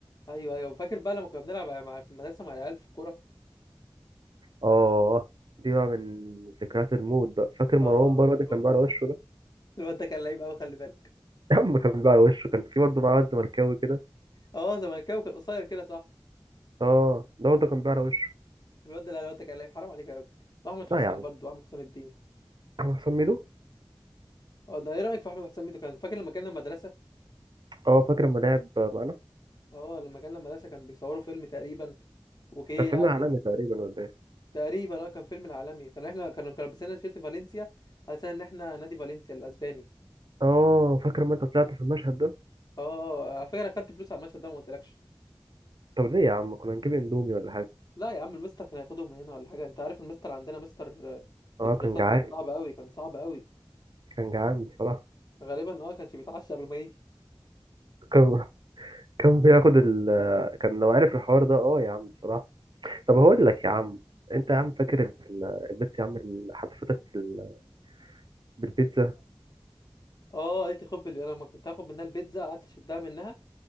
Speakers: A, on the left (about 45°); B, on the right (about 55°).
A: ايوه ايوه فاكر بقى لما كنا بنلعب مع في المدرسة مع العيال في الكورة
B: اه دي بقى من ذكريات الموت بقى فاكر مروان
A: اه
B: بره ده
A: الو-
B: كان بيعرى وشه ده
A: الواد ده كان لعيب قوي خلي بالك
B: <laughs> يا عم كان بيعرى وشه كان في برضه بقى واد زملكاوي كده
A: اه زملكاوي كان قصير كده صح
B: اه ده برضه كان بيعرى وشه
A: الواد ده لا الواد ده كان لعيب حرام عليك يا راجل واحمد حسام
B: لا يا عم
A: برضو احمد حسام الدين
B: هو حسام ميدو
A: اه ده ايه رأيك في احمد حسام الدين كان فاكر لما كان المدرسة
B: اه فاكر لما لعب معانا
A: اه لما كان المدرسة كان بيصوروا فيلم تقريبا وجه
B: كان فيلم
A: قعد
B: عالمي
A: ي-
B: تقريبا ولا ايه
A: تقريبا اه كان فيلم العالمي كان احنا كانوا كانوا لابسين تيشيرت فالنسيا على اساس ان احنا نادي فالنسيا الاسباني
B: اه فاكر ما انت طلعت في المشهد ده
A: اه على فكرة انا خدت فلوس على المشهد ده وما قلتلكش
B: طب ليه يا عم كنا هنجيب اندومي ولا حاجه
A: لا يا عم المستر كان هياخدهم من هنا ولا حاجة انت عارف المستر عندنا مستر آه،
B: اه
A: الدراسات
B: كان جعان
A: كان صعب قوي كان صعب قوي
B: كان جعان بصراحه
A: غالبا اه كانش بيتعشى قبل ما يجي
B: <laughs> كان كان بياخد ال كان لو عارف الحوار ده اه يا عم بصراحه طب هقول لك يا عم انت يا عم فاكر ال- البت يا عم اللي حتفتك بال- بالبيتزا
A: اه قالت لي خد بال- انا لما كنت هاخد منها البيتزا قعدت اشدها منها